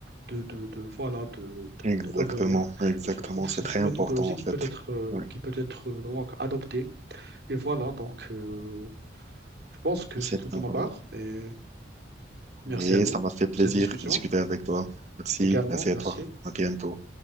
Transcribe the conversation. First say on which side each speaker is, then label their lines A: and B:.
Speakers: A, on the right; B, on the right.
A: de, de, de, voilà, de, de,
B: exactement,
A: de revenus.
B: exactement.
A: Et je trouve que
B: C'est
A: c'est
B: très
A: une
B: important
A: méthodologie
B: en
A: qui
B: fait.
A: peut être, euh,
B: Ouais,
A: qui peut être euh, donc, adoptée. Et voilà, donc. euh, je pense que
B: c'est
A: c'est tout
B: très
A: de
B: important.
A: ma part et merci
B: Et
A: à vous
B: ça m'a fait plaisir
A: pour cette discussion
B: de discuter avec toi. Merci,
A: également.
B: merci
A: Merci.
B: à toi. À bientôt.